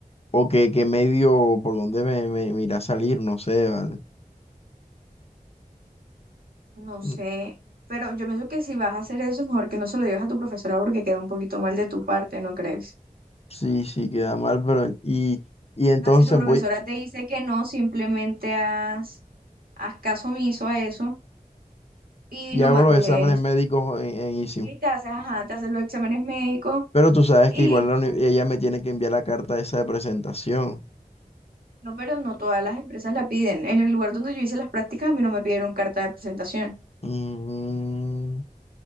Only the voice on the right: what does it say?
No sé,
pero yo pienso que si vas a hacer eso, mejor que no se lo digas a tu profesora porque queda un poquito mal de tu parte, ¿no crees?
Si tu profesora
te dice que no, simplemente haz, haz caso omiso a eso y
no
mandes.
Y te haces, ajá, te haces los exámenes médicos
y
listo.
No, pero no todas las empresas la piden. En el lugar donde yo hice las prácticas, a mí no me pidieron carta de presentación. O